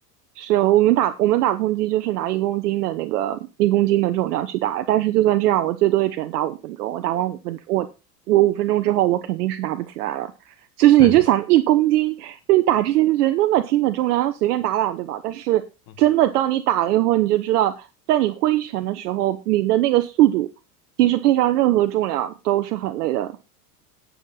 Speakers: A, on the right; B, on the left.
A: 是我们打我们打空击就是拿一公斤的那个一公斤的重量去打，但是就算这样，我最多也只能打五分钟。我打完五分钟，我我五分钟之后，我肯定是打不起来了。就是你就想一公斤，
B: 对，
A: 就你打之前就觉得那么轻的重量随便打打，对吧？但是真的当你打了以后，
B: 嗯哼。
A: 你就知道，在你挥拳的时候，你的那个速度其实配上任何重量都是很累的。
B: 嗯哼